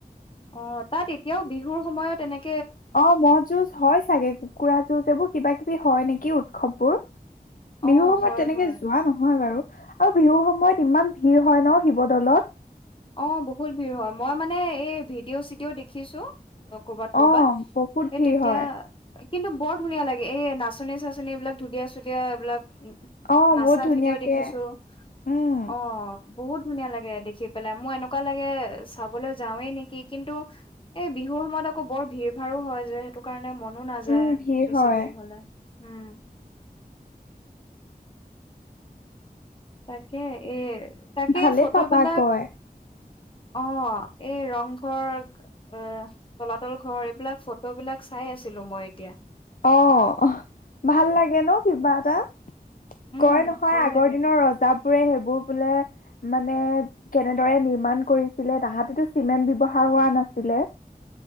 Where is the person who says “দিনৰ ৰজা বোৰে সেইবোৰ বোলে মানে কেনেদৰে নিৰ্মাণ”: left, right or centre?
Left